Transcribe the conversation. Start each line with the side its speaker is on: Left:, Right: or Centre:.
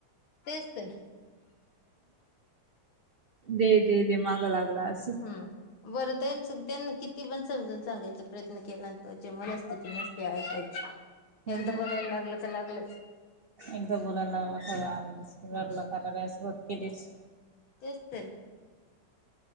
Left: तेच तर
Right: दे दे दे माग लागलाय अस.
Left: हा. बरं त्यां त्यांना किती पण समजून सांगायचा प्रयत्न केला, न त्यांची मनस्थिती नसती ऐकाची
Right: हम्म
Left: एकदा
Right: हम्म.
Left: बोलायला लागलं का लागलंच.
Right: एकदा बोलायला लागला की
Left: हा
Right: <unintelligible> सुरवात केलीच.
Left: तेच तर.